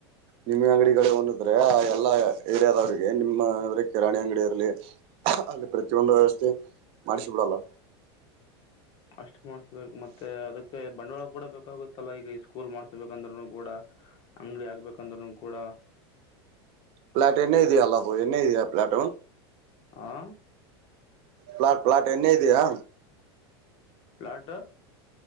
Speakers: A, on the right; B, on the left.
A: ನಿಮ್ಮ ಅಂಗಡಿಗಳ ಒಂದಿದ್ರೆ ಆ ಎಲ್ಲಾ ಏರಿಯಾದವ್ರಿಗೆ ನಿಮ್ಮ ಅ್ರೆ ಕ ರಾಣಿ ಅಂಗಡಿಿಯ ಇರಲಿ ಅಲ್ಲಿ ಪ್ರತಿಯೊಂದು ವ್ಯವಸ್ಥೆ ಮಾಡಿಸಿಬಿಡಲ್ಲ
B: ಅಷ್ಟು ಮಾಡ್ಸ್ಬೇಕು ಮತ್ತೆ ಅದಕ್ಕೆ ಬಂಡವಾಳ ಕೂಡ ಬೇಕಾಗುತ್ತಲ್ಲಾ ಈಗ ಈ ಸ್ಕೂಲ್ ಮಾಡ್ಸ್ಬೇಕಂದ್ ಕೂಡ ಅಂಗಡಿ ಆಗ್ಬೇಕಂದ್ರ್ನು ಕೂಡ
A: ಪ್ಲಾಟ್ ಎನ ಅಲ್ಲಾ ಎನ ಪಲಟ್
B: ಆಾ
A: ಪ್ಲಾಟ್ ಪ್ಲಾಟ್ ಎ್ಣೇ ಇದೆಯಾ
B: ಪ್ಲಾಟ